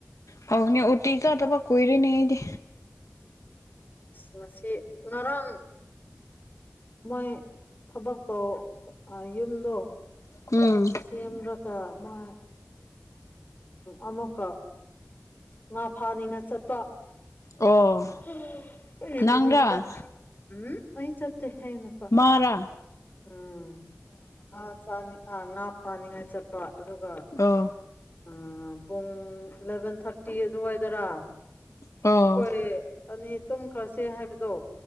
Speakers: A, on the left (about 85°); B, on the left (about 40°).
A: ꯍꯥꯎꯕꯅꯤ ꯎꯇꯤ ꯆꯗꯕ ꯀꯨꯏꯔꯦꯅꯦ ꯑꯩꯗꯤ
B: ꯉꯁꯤ ꯉꯔꯥꯡ ꯃꯣꯏ ꯊꯕꯛꯇꯣ ꯑ ꯌꯨꯝꯗꯣ
A: ꯎꯝ
B: ꯁꯦꯝꯔꯒ ꯃꯣꯏ ꯑ ꯑꯃꯨꯛꯀ ꯉꯥ ꯐꯥꯅꯤꯅ ꯆꯠꯄ
A: ꯑꯣ
B: <unintelligible>
A: ꯅꯪꯔꯥ
B: ꯅꯤꯡꯗ ꯎꯝ ꯑꯩ ꯆꯠꯇꯦ ꯍꯥꯏꯅꯨ
A: ꯉꯥꯔ
B: ꯎꯝ ꯉꯥ ꯆꯥꯅꯤ ꯑꯥ ꯉꯥ ꯐꯥꯅꯤꯡꯉꯥꯏ ꯆꯠꯄ ꯑꯗꯨꯒ
A: ꯑꯣ
B: ꯎꯪ ꯄꯨꯡ ꯏꯂꯚꯦꯟ ꯊꯥꯔꯇꯤ ꯑꯗꯨꯋꯥꯏꯗꯔ
A: ꯑꯣ
B: ꯈꯣꯏ ꯑꯅꯤ ꯇꯨꯝꯈ꯭ꯔꯁꯦ ꯍꯥꯏꯕꯗꯣ